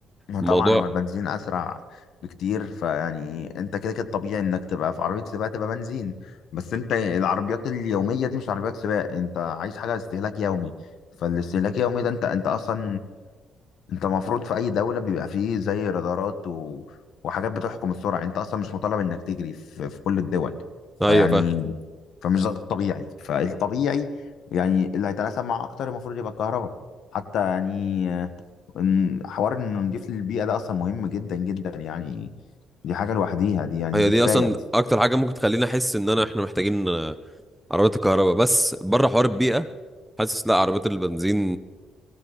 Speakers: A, on the left; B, in the centre.
A: ما
B: الموضوع
A: طبعا هو البنزين اسرع بكتير فيعني انت كده كده طبيعي انك تبقى في عربيه سباق تبقى بنزين بس انت العربيات اليوميه دي مش عربيات سباق انت عايز حاجه استهلاك يومي فالاستهلاك اليومي ده انت انت اصلا انت المفروض في اي دولة بيبقى فيه زي رادارات و... وحاجات بتحكم السرعة انت اصلا مش مطالب انك تجري في, في كل الدول
B: ايوه
A: فيعني
B: فاهم
A: فمش ده الطبيعي فالطبيعي يعني اللي هيتلاشى اكتر المفروض يبقى الكهرباء حتى يعني آه، ان- حوار انه نضيف للبيئة ده اصلا مهم جدا جدا يعني دي حاجة لوحديها دي يعني
B: هي
A: دي
B: دي
A: كفاية
B: اصلا
A: اصلا
B: اكتر حاجة ممكن تخليني احس ان انا احنا محتاجين آه، عربيات الكهرباء بس بره حوار البيئة حاسس لا عربيات البنزين